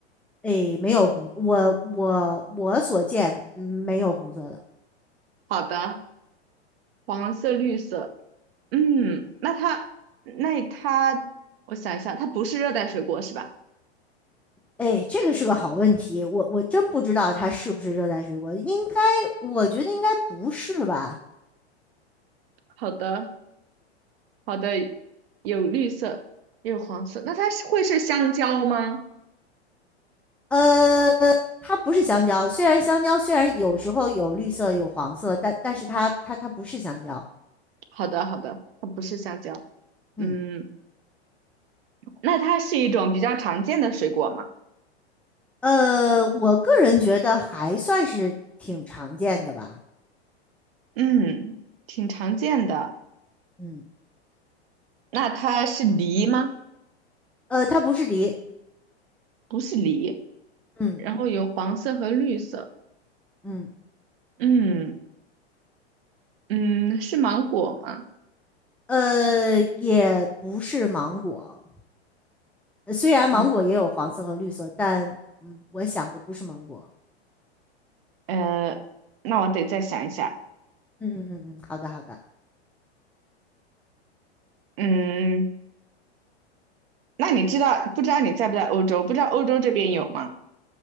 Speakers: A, in the centre; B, on the right.
A: 哎，没有红，我我我所见嗯没有红色的。
B: 好的，黄色、绿色。嗯，那它，那它，我想一下，它不是热带水果是吧？
A: 哎，这个是个好问题，我我真不知道它是不是热带水果，应该我觉得应该不是吧？
B: 好的，好的，有绿色，也有黄色。那它是会是香蕉吗？
A: 呃，它不是香蕉，虽然香蕉虽然有时候有绿色有黄色，但但是它它它不是香蕉。
B: 好的，好的，它不是香蕉。嗯。
A: 嗯，
B: 那它是一种比较常见的水果吗？
A: 呃，我个人觉得还算是挺常见的吧。
B: 嗯，挺常见的。
A: 嗯，
B: 那它是梨吗？
A: 呃，它不是梨，
B: 不是梨，
A: 嗯
B: 然后有黄色和绿色。
A: 嗯，
B: 嗯嗯，是芒果吗？
A: 呃，也不是芒果。呃虽然芒果也有黄色和绿色，
B: 嗯
A: 但嗯，我想的不是芒果。
B: 呃，那我得再想一下。
A: 嗯嗯嗯嗯，好的好的。
B: 嗯，那你知道不知道你在不在欧洲？不知道欧洲这边有吗？